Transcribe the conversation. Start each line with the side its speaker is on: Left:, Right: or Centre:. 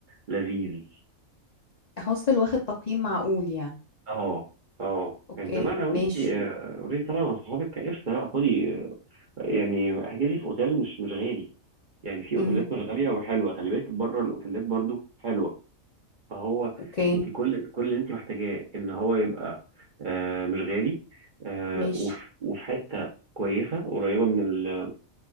Right: لذيذ
Left: هوستل واخد تقييم معقول يعني
Right: اه اه
Left: اوكي
Right: انما لو انت
Left: ماشي
Right: اوريدي طالعه مع صحابك قشطه لا خدي يعني احجز لي في اوتيل مش مش غالي يعني في اوتيلات
Left: امم
Right: مش غاليه وحلوه خلي بالك بره الاوتيلات برضو حلوه فهو
Left: اوكي
Right: انت كل كل اللي انت محتاجاه ان هو يبقى آه مش غالي آه
Left: ماشي
Right: وف- وفي حته كويسه قريبه من ال